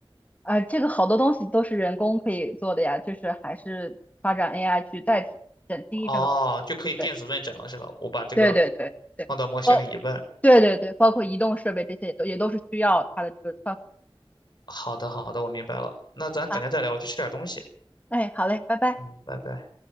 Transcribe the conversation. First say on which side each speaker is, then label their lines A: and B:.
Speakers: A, on the left; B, on the left.
A: 呃，这个好多东西都是人工可以做的呀，就是还是发展 AI 去代替减轻医生的负
B: 哦，就可以电子问诊了是吧？
A: 担
B: 我把这个
A: 对对对对对，
B: 放到模型里一问，
A: 包，对对对，包括移动设备这些也都也都是需要它的这个算
B: 好的好的，我明白了。那咱改天再聊，
A: 法。
B: 我去吃点东西。
A: 哎，好嘞，拜拜。
B: 嗯，拜拜。